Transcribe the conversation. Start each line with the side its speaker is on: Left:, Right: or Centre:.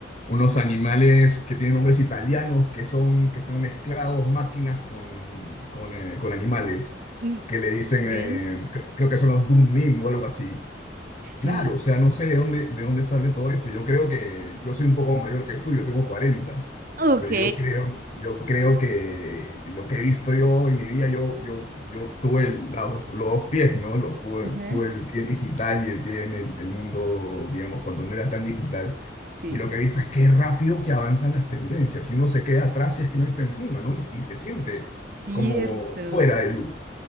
Left: unos animales que tienen nombres italianos, que son, que están mezclados máquinas con, con, eh, con animales,
Right: mm,
Left: que le dicen, eh,
Right: ok.
Left: cre- creo que son los Doom Meme o algo así. Claro,
Right: Mm,
Left: o sea, no sé de dónde, de dónde sale todo eso. Yo creo que yo soy un poco mayor que tú, yo tengo 40,
Right: ok,
Left: pero yo creo, yo creo que lo que he visto yo en mi vida, yo, yo, yo tuve el- la dos- los dos pies, ¿no? Lo, tuve,
Right: ajá,
Left: tuve el pie en digital y el pie en el, el mundo, digamos, cuando no era tan digital.
Right: sí,
Left: Y lo que he visto es qué rápido que avanzan las tendencias y uno se queda atrás y es que no está encima, ¿no? Y, y se siente
Right: cierto.
Left: como fuera del loop.